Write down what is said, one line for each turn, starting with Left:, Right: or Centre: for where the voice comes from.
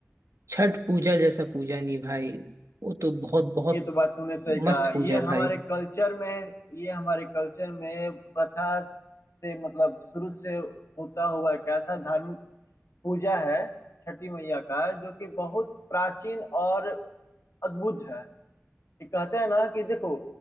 Right: छठ पूजा जैसा पूजा नहीं भाई वो तो बहुत बहुत
Left: ये तो बात तूने सही कहा
Right: मस्त
Left: ये
Right: पूजा है भाई
Left: हमारे कल्चर में ये हमारे कल्चर में प्रथा से मतलब शुरू से होता हुआ एक ऐसा धार्मिक पूजा है छठी मैया का जो कि बहुत प्राचीन और अद्भुत है ये कहते हैं ना कि देखो